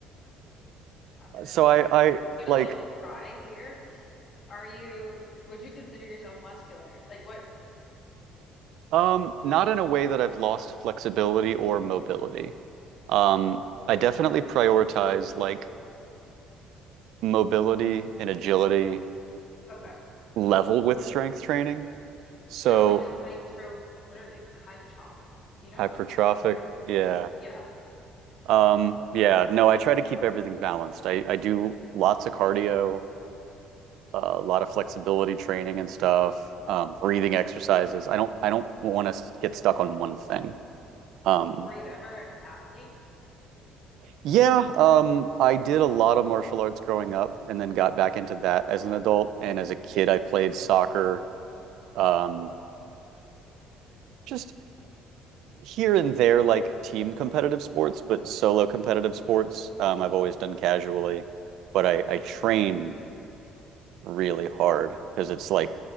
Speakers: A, on the left (about 40°); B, on the right (about 70°).
A: I'm gonna
B: So, I,
A: like
B: I
A: get
B: like,
A: a little pry here. Are you, would you consider yourself muscular? Like what?
B: Um, not in a way that I've lost flexibility or mobility. Um, I definitely prioritize like mobility and agility
A: Okay.
B: level with strength training. So
A: Not like hypertroph, what are they? Hypertroph. Do you know what
B: hypertrophic,
A: I'm talking about? Like a certain,
B: yeah.
A: yeah.
B: Um,
A: Oh,
B: yeah,
A: Not
B: no,
A: that.
B: I try to keep everything balanced. I, I do lots of cardio, uh, a lot of flexibility training and stuff, um, breathing
A: Yeah.
B: exercises. I don't I don't want to get stuck on one thing. Um,
A: Were you ever an athlete?
B: Yeah, um, I did a lot of martial arts growing up and then got back into that as an adult. And as a kid, I played soccer, um, just here and there, like team competitive sports, but solo competitive sports, um, I've always done casually. But I, I train really hard because it's like